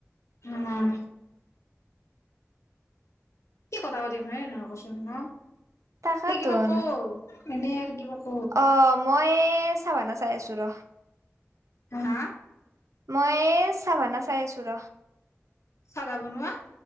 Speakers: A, on the left (about 65°); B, on the right (about 85°).
A: উম। কি কথা পাতিম হয়নে নহয় কচোন ন
B: তাকাতোন
A: এই কিবা কৈ এনেই আৰ কিবা ক
B: অ' মই চাভানা চাই আছো ৰ।
A: হা, হা
B: মই এ চাভানা চাই আছো ৰ।
A: চাদা বনোৱা